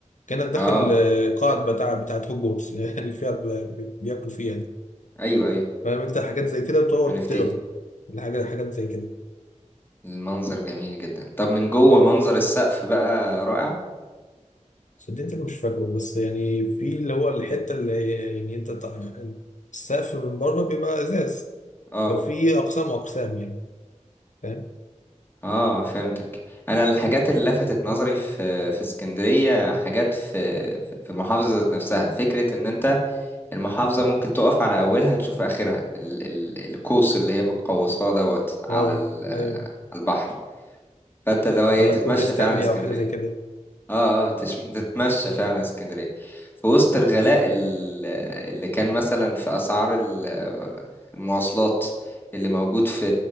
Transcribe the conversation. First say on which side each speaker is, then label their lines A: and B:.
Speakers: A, on the left; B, on the left.
A: كأنك داخل
B: آه
A: آه، قاعة بتاع بتاعت هوجورتس <laughs> اللي فيها ب- بياكلوا فيها دي
B: أيوه أيوه
A: فاهم انت حاجات زي كده بتقعد
B: عرفت
A: تقرا
B: ايه
A: الحاجة حاجات زي كده
B: المنظر جميل جدا طب من جوه
A: اه
B: منظر السقف بقى رائع
A: صدقتك مش فاكره بس يعني في اللي هو الحتة اللي هي- يعني انت تع- السقف من بره بيبقى ازاز
B: آه
A: ففي اقسام اقسام يعني فاهم
B: اه فهمتك انا الحاجات اللي لفتت نظري في في اسكندريه حاجات في في المحافظه ذات نفسها فكره ان انت المحافظه ممكن تقف على اولها تشوف اخرها ال ال القوس اللي هي متقوساه دوت
A: اه
B: على ال-
A: ايوه
B: على البحر فانت اللي هو ايه
A: على
B: تتمشى
A: كوبري ستانلي
B: فعلا اسكندريه
A: او حاجة زي كده
B: اه اه تش- تتمشى فعلا اسكندرية في وسط الغلاء ال- اللي كان مثلا في أسعار ال- المواصلات اللي موجود في